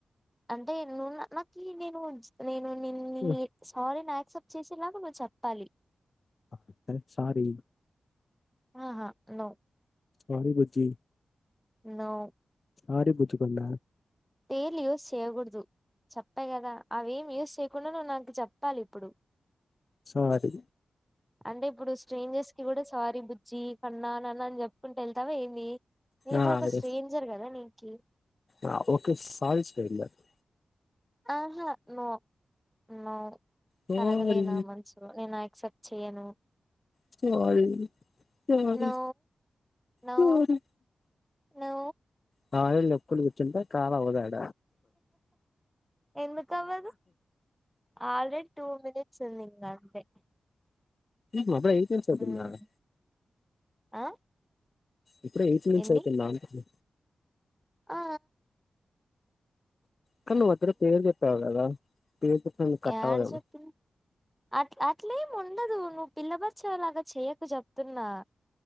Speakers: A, in the centre; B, on the left.
A: అంటే నున్న నాక్ కి నేను నేను నిన్ని
B: హ్మ్.
A: సారీని యాక్సెప్ట్ చేసేలాగా నువ్వు చెప్పాలి
B: యామ్ సారీ
A: ఆహా నో
B: సారి బుజ్జి
A: నో
B: సారీ బుజ్జికొండ
A: పేరులు యూస్ చెయ్యకూడదు చెప్ప కదా అవేం యూస్ చేయకుండా నువ్ నాకు చెప్పాలి ఇప్పుడు
B: సారీ
A: అంటే ఇప్పుడు స్ట్రేంజర్స్ కి కూడా సారీ బుజ్జి కన్నా నాన్న అని చెప్పుకుంట వెళ్తావ ఏంది నేన్ ఇప్పుడు
B: ఆ
A: ఒక
B: అదే.
A: స్ట్రేంజర్ కదా నీకి
B: ఆ! ఓకే సారీ స్టైల్ అది.
A: ఆహా నో నో
B: సారీ
A: తరగలే నా మనుసులో నేను ఆక్సెప్ట్ చెయ్యను
B: sorry sorry
A: no no
B: sorry
A: no
B: సారీలు చెప్పుకుంటూ కూర్చుంటే కాల్ అవాద్ ఆది
A: ఎందుకు అవదు ఆల్రెడీ ట్వ మిన్ టూన్ ఉంది ఇంకా అంతే
B: బాబోయ్ ఎయిట్ మిన్ అయ్యిపోయింద
A: ఉమ్ ఆ
B: అప్పుడే ఎయిట్ మైన్స్
A: ఏంది
B: అవుతుంద అంటున్న
A: ఆ
B: కన్ నువ్వు అక్కడ పేరు చెప్పేవ్ కదా పేరు చెప్పిన నీకు కట్
A: ఏడ
B: అవ్వదేమో
A: చెప్పంది అట్ అట్లేం ఉండదు పిల్ల బచ్చలాగా చేయకు చెప్తున్నా